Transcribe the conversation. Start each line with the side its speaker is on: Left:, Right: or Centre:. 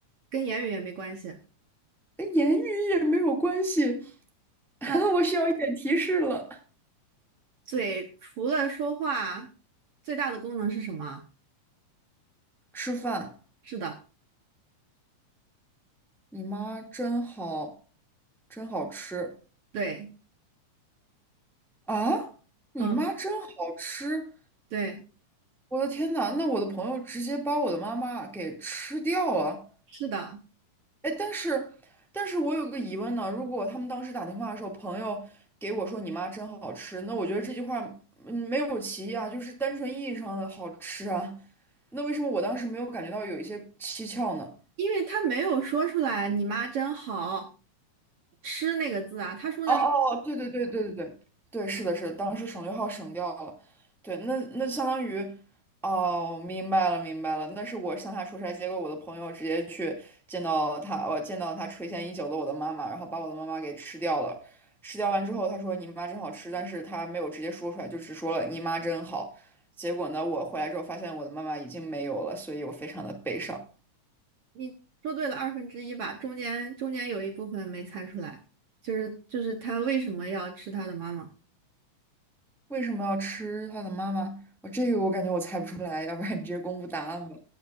Right: 跟言语也没关系。
Centre: 跟言语也没有关系，<laughs>
Right: 那
Centre: 我需要一点提示了。
Right: 嘴除了说话，最大的功能是什么？
Centre: 吃饭，
Right: 是的，
Centre: 你妈真好，真好吃
Right: 对，
Centre: 啊！你妈真好吃，
Right: 嗯，对，
Centre: 我的天呐，那我的朋友直接把我的妈妈给吃掉了。
Right: 是的。
Centre: 哎，但是，但是我有个疑问呢。如果他们当时打电话的时候，朋友给我说“你妈真好吃”，那我觉得这句话嗯没有歧义啊，就是单纯意义上的好吃啊。那为什么我当时没有感觉到有一些蹊跷呢？
Right: 因为他没有说出来“你妈真好吃”那个字啊，他说的是
Centre: 哦哦，对对对对对对对，是的，是的，当时省略号省掉了，对，那那相当于，哦，明白了明白了，那是我乡下出差，结果我的朋友直接去见到他，我见到他垂涎已久的我的妈妈，然后把我的妈妈给吃掉了，吃掉完之后，他说你妈真好吃，但是他没有直接说出来，就只说了你妈真好，结果呢，我回来之后发现我的妈妈已经没有了，所以我非常的悲伤。
Right: 你说对了二分之一吧，中间中间有一部分没猜出来，就是就是他为什么要吃他的妈妈。
Centre: 为什么要吃他的妈妈？我这个我感觉我猜不出来，要不然你直接公布答案吧。